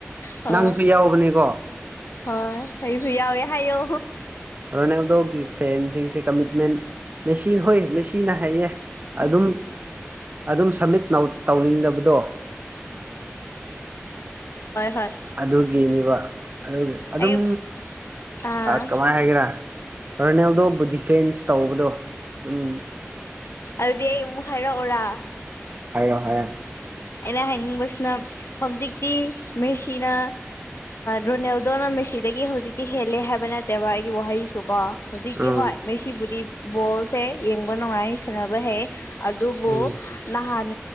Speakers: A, on the left; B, on the right.
A: ꯍꯣꯏ
B: ꯅꯪꯁꯨ ꯌꯥꯎꯕꯅꯦꯀꯣ
A: ꯍꯣꯏ ꯑꯩꯁꯨ ꯌꯥꯎꯋꯦ ꯍꯥꯏꯌꯣ
B: ꯐꯔꯅꯦꯗꯣꯀꯤꯦ ꯐꯦꯟꯁꯤꯡꯁꯦ ꯀꯃꯤꯠꯃꯦꯟ ꯃꯁꯤꯦ ꯍꯣꯏ ꯃꯁꯤꯦꯅ ꯍꯥꯏꯌꯦ ꯑꯗꯨꯝ ꯑꯗꯨꯝ ꯁꯝꯃꯤꯠ ꯇꯧꯅꯤꯡꯗꯕꯗꯣ
A: ꯍꯣꯏ
B: ꯑꯗꯨꯒꯤꯅꯦꯕ ꯑꯗꯨꯒꯤ ꯑꯗꯨꯝ
A: ꯑꯩ ꯑꯥ
B: ꯀꯃꯥꯏꯅ ꯍꯥꯏꯒꯦꯔꯥ ꯔꯔꯅꯦꯜꯗꯣꯕꯨ ꯗꯤꯐꯦꯟꯁ ꯇꯧꯕꯗꯣ ꯑꯗꯨꯝ
A: ꯑꯗꯨꯗꯤ ꯑꯩ ꯑꯃꯨꯛ ꯍꯥꯏꯔꯛꯑꯣꯔꯥ
B: ꯍꯥꯏꯌꯣ ꯍꯥꯏꯌꯦ
A: ꯑꯦꯩꯅ ꯍꯥꯏꯃꯡ ꯁꯅ ꯁꯕꯖꯤꯛꯇ ꯃꯦꯁꯤꯅ ꯔꯣꯅꯦꯜꯗꯣꯅ ꯃꯦꯁꯤꯗꯒꯤ ꯍꯧꯖꯤꯛꯇꯤ ꯍꯦꯜꯂꯦ ꯍꯥꯏꯕ ꯅꯠꯇꯦꯕ ꯑꯩꯒꯤ ꯋꯥꯍꯩꯁꯨ ꯀꯣ ꯍꯧꯖꯤꯛꯇꯤ
B: ꯎꯝ
A: ꯍꯣꯏ ꯉꯩꯁꯤꯕꯨꯗꯤ ꯕꯣꯜꯁꯦ ꯌꯦꯡꯕ ꯅꯨꯡꯉꯥꯏ ꯁꯥꯟꯅꯕ ꯍꯩ ꯑꯗꯨꯕꯨ
B: ꯎꯝ
A: ꯅꯍꯥꯟ